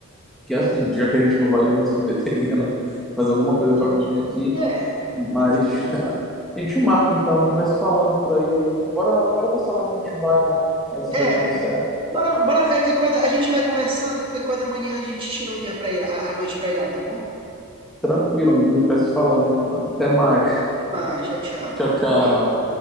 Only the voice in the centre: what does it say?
que assim, já que a gente não vai hoje na sorveteria, né? Fazer alguma coisa para
comer aqui.
Mas
A gente marca então, a gente vai se falando por aí, aí. Bora, bora ver se amanhã a gente vai, né? É, se
der tudo certo.
Tranquilo, amigo, a gente vai se falando então. Até mais.
Tchau, tchau.